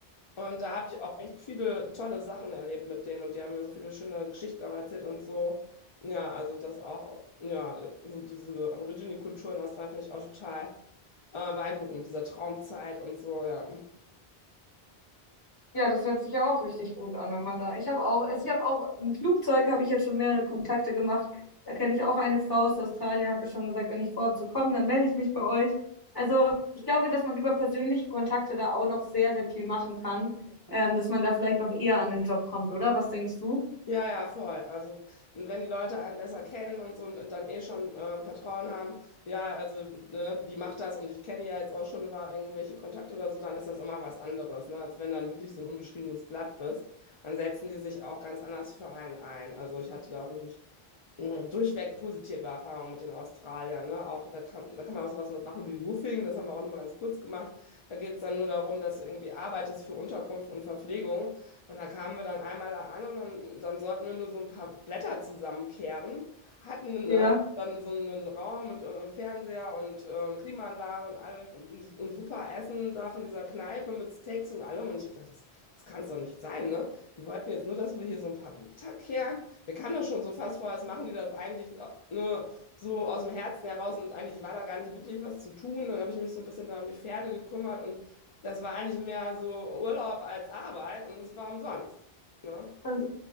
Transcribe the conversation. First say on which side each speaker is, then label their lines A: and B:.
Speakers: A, on the left (about 55°); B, on the left (about 20°).
A: Und da habe ich auch echt viele tolle Sachen erlebt mit denen und die haben mir so viele schöne Geschichten auch erzählt und so. Ja, also das auch, ja, also diese Aborigine-Kultur in Australien finde ich auch total äh, beeindruckend mit dieser Traumzeit und so, ja.
B: Ja, das hört sich ja auch richtig gut an, wenn man da. Ich habe auch, also ich habe auch im Flugzeug habe ich jetzt schon mehrere Kontakte gemacht. Da kenne ich auch eine Frau aus Australien, habe ich schon gesagt, wenn ich vorhabe zu kommen, dann melde ich mich bei euch. Also ich glaube, dass man über persönliche Kontakte da auch noch sehr, sehr viel machen kann, ähm, dass man da vielleicht noch eher an den Job kommt, oder? Was denkst du?
A: Ja, ja, voll. Also, wenn die Leute einen besser kennen und so und dann eh schon äh, Vertrauen haben, ja, also, ne, die macht das und ich kenne die ja jetzt auch schon über irgendwelche Kontakte oder so, dann ist das immer was anderes, ne, als wenn du dann wirklich so ein unbeschriebenes Blatt bist. Dann setzen die sich auch ganz anders für einen ein. Also, ich hatte da wirklich mh, durchweg positive Erfahrungen mit den Australiern. Ne? Auch, da kann, da kann man auch sowas machen wie Woofing, das haben wir auch nochmal ganz kurz gemacht. Da geht es dann nur darum, dass du irgendwie arbeitest für Unterkunft und Verpflegung. Und da kamen wir dann einmal da an und dann, dann sollten wir nur so ein paar Blätter zusammenkehren, hatten
B: Ja.
A: äh, dann so einen Raum mit äh, Fernseher und äh, Klimaanlage und allem und ein, ein super Essen da von dieser Kneipe mit Steaks und allem. Und ich habe gedacht, das, das kann es doch nicht sein, ne? Die wollten jetzt nur, dass wir hier so ein paar Blätter kehren mir kam das schon so fast vor, was machen die das eigentlich, äh, ne, so aus dem Herzen heraus und eigentlich war da gar nicht wirklich was zu tun. Dann habe ich mich so ein bisschen da um die Pferde gekümmert und das war eigentlich mehr so Urlaub als Arbeit und es war umsonst, ne?
B: Das